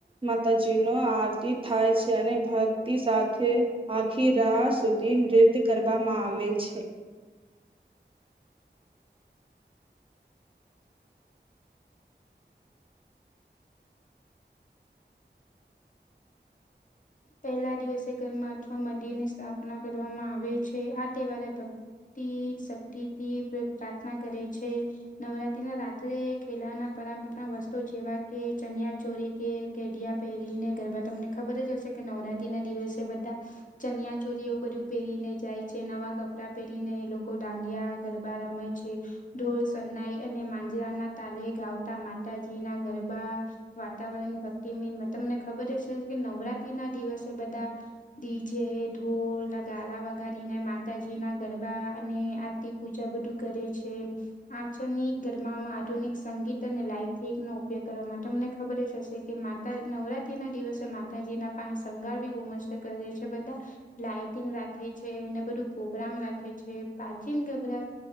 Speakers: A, on the right (about 30°); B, on the left (about 45°).
A: માતાજીનો આરતી થાય છે અને ભક્તિ સાથે આખી રાહ સુધી નૃત્ય કરવામાં આવે છે.
B: પહેલા દિવસે ઘરમાં અથવા મંદિરની સ્થાપના કરવામાં આવે છે આ તહેવારે ભક્તિ શક્તિથી પ્રાર્થના કરે છે. નવરાત્રીના રાત્રે ખેલાના પરપ વસ્તુ જેવા કે ચનિયાચોરી કે કેડિયા પહેરીને ગરબા તમને ખબર જ હશે કે નવરાત્રી ના દિવસે બધા ચનિયા ચોરી એવું બધું પહેરીને જાય છે નવા કપડાં પહેરીને એ લોકો ડાંડિયા ગરબ રમે છે. ઢોળ સન્નાઈ અને માંજરાના તાલે ગાવતા માતાજી ના ગરબા વાતાવરણ ભક્તિમિન તમને ખબર હશે કે નવરાત્રી ના દિવસે બધા ડીજે ઢોળ લગારા વગારીને માતાજી ના ગરબા અને આ પૂજા બધું કરે છે. આચળની ગરમામાં આધુનિક સંગીત અને લાઈટ નો ઉપયોગ કરવા માટે તમને ખબર જ હશે કે નવરાત્રી ના દિવસે માતાજીના પાસે શંગાર બી બહુ મસ્ત કરીે છે બધા લાાઈટિંગ રાખે છે અનેને બધું પ્રગ્રામ રાખે છે, પ્રાચીન ગબરાત